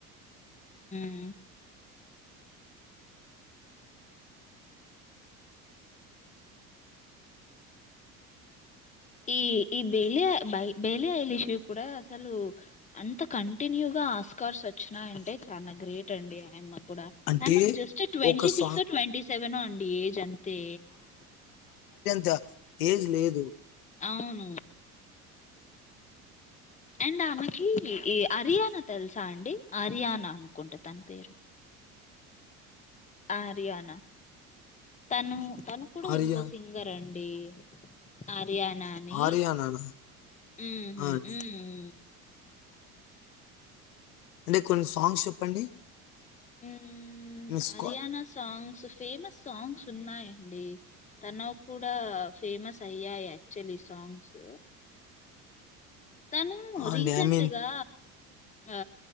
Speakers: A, on the left (about 15°); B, on the left (about 80°).
A: ఉ ఈ ఈ బేలి బ బేలియలి ఇషూ కూడా అసలు అంత కంటిన్యూగా ఆస్కార్స్ వచ్చినయంటే చాలా గ్రేట్ అండి ఐ మాకు
B: అంటే
A: జస్ట్ twenty
B: ఒక song
A: six twenty seven అండి ఏజ్ అంతే
B: ద ఏజ్ లేదు
A: అవును అండ్ ఆమెకి ఈ హర్యానా తెలుసా అండి హర్యానా అనుకుంటా తన పేరు ఆ ఆర్యనా తను తను కూడా
B: ఆర్య
A: ఇంకో సింగర్ అండి అండి ఆర్యనాన్ని
B: ఆర్యనానా?
A: హు
B: ఆ! అండి.
A: ఉహ్
B: అంటే కొన్ని సాంగ్స్ చెప్పండి
A: ఉ
B: మిస్
A: హర్యానా
B: కా
A: సాంగ్స్ ఫేమస్ సాంగ్స్ ఉన్నాయి అండి తన కూడా ఫేమస్ అయ్యాయి యాక్చువల్లీ సాంగ్స్ తను
B: ఆ!
A: రీసెంట్గా
B: అండి. ఐ మీన్
A: ఆ